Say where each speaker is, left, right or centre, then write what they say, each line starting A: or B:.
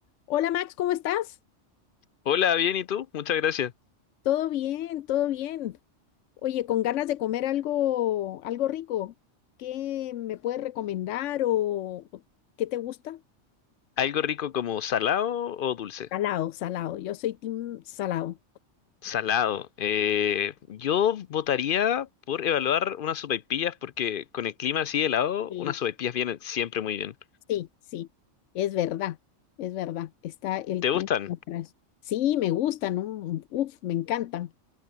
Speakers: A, on the left; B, on the left.
A: Hola Max, ¿cómo estás?
B: Hola, bien, ¿y tú? Muchas gracias.
A: Todo bien, todo bien. Oye, con ganas de comer algo, algo rico. ¿Qué me puedes recomendar o, o qué te gusta?
B: ¿Algo rico como salado o dulce?
A: Salado, salado. Yo soy team salado.
B: Salado. Eh, yo votaría por evaluar unas sopaipillas porque con el clima así helado,
A: Sí,
B: unas sopaipillas vienen siempre muy bien.
A: sí, sí. Es verdad, es verdad. Está el
B: ¿Te
A: clima
B: gustan?
A: <laughs> atrás. Sí, me gustan, ¿no? Uf, me encantan.